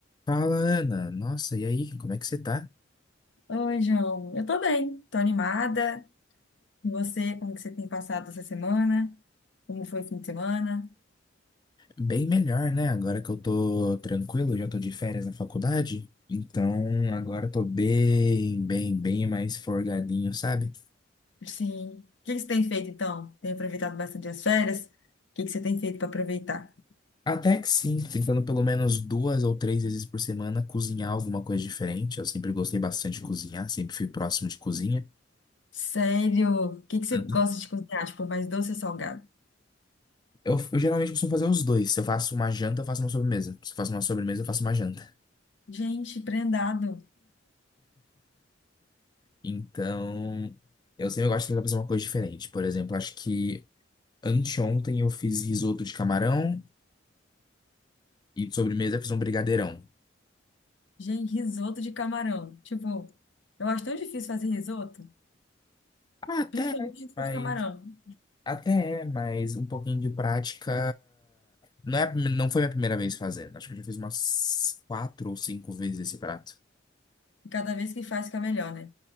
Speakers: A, on the left; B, on the left.
A: Fala, Ana. Nossa, e aí, como é que você tá?
B: Oi, João. Eu tô bem, tô animada. E você, como que você tem passado essa semana? Como foi o fim de semana?
A: Bem melhor, né? Agora que eu tô tranquilo, já tô de férias na faculdade. Então, agora eu tô bem, bem, bem mais forgadinho, sabe?
B: Sim. O que que você tem feito então? Tem aproveitado bastante as férias? O que que você tem feito para aproveitar?
A: Até que sim, tentando pelo menos duas ou três vezes por semana cozinhar alguma coisa diferente. Eu sempre gostei bastante de cozinhar, sempre fui próximo de cozinha.
B: Sério? O que que você
A: Uhum.
B: gosta de cozinhar? Tipo, mais doce ou salgado?
A: Eu, eu geralmente costumo fazer os dois. Se eu faço uma janta, eu faço uma sobremesa. Se eu faço uma sobremesa, eu faço uma janta.
B: Gente, prendado.
A: Então, eu sempre gosto de tentar fazer uma coisa diferente. Por exemplo, acho que Anteontem eu fiz risoto de camarão e de sobremesa eu fiz um brigadeirão.
B: Gente, risoto de camarão. Tipo, eu acho tão difícil fazer risoto,
A: Ah, até,
B: principalmente
A: é,
B: risoto
A: mas
B: de camarão.
A: até é, mas um pouquinho de prática. Não é, a prime- não foi minha primeira vez fazendo. Acho que eu já fiz umas quatro ou cinco vezes esse prato.
B: E Cada vez que faz, fica melhor, né?